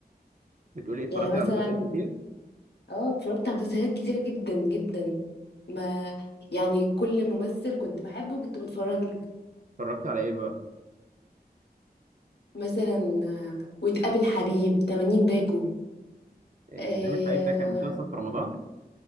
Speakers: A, on the right; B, on the left.
A: بتقولي إيه، اتفرجتي
B: يعني مثلا
A: على مسلسلات كتير
B: اه اتفرجت على مسلسلات كتير جدا جدا ما يعني كل ممثل كنت بحبه كنت بتفرج له
A: اتفرجتي على ايه بقى
B: مثلا آه، وتقابل حبيب 80 باكو
A: إيه،
B: آه...
A: وتقابل حبيب ده كان مسلسل في رمضان